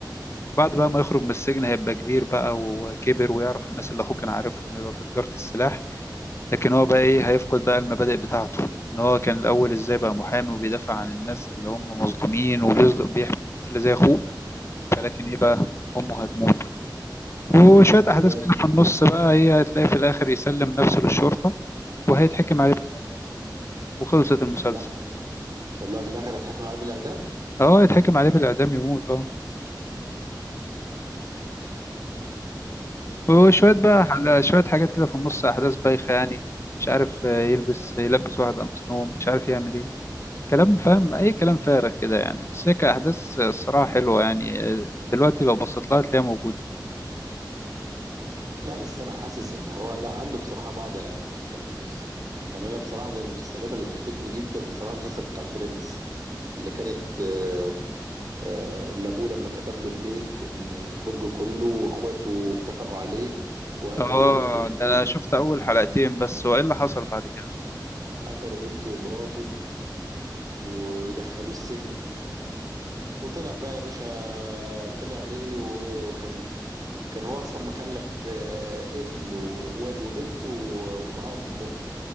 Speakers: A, on the left (about 35°); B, on the right (about 55°).
A: بعد بقى ما يخرج من السجن هيبقى كبير بقى وكبر ويعرف الناس اللي اخوه كان عارفهم يبقى في تجارة السلاح لكن هو بقى ايه هيفقد بقى المبادئ بتاعته ان هو كان الاول ازاي بقى محامي وبيدافع عن الناس اللي هم مظلومين وبيظلم بيحمي الناس اللي زي اخوه فلكن ايه بقى امه هتموت بقى وشوية احداث
B: دلوقتي
A: كده في النص بقى ايه هتلاقي في الاخر يسلم نفسه للشرطة وهيتحكم عليه بالإعدام. وخلصت المسلسل
B: لا. والله في الاخر هيتحكم عليه بالاعدام
A: اه يتحكم عليه بالإعدام يموت اه
B: مم.
A: وشوية بقى حل... شوية حاجات كده في النص أحداث بايخة يعني مش عارف آه، يلبس يلبس واحد
B: هو
A: قميص نوم مش عارف يعمل إيه كلام فاهم أي كلام فارغ كده يعني بس هي كأحداث آه، الصراحة حلوة يعني آه، دلوقتي لو بصيت لها هتلاقيها موجودة
B: لا بس انا حاسس ان هو لا عنده بصراحه بعض مسلسلات كويسه يعني انا بصراحه من المسلسلات اللي عجبتني جدا بصراحه المسلسل بتاع البرنس اللي كانت آه، آه، لابوه لما كتب له البيت البرج كله واخواته اتفقوا عليه وقتلوا
A: آه
B: بنته
A: ده أنا شفت أول حلقتين بس وإيه اللي حصل بعد كده
B: قتلوا بنته ومراته ودخلوه السجن وطلع بقى يا باشا طلع لقيه كان كان هو اصلا مخلف آه، ابن وواد وبنت و- ومعاهم امهم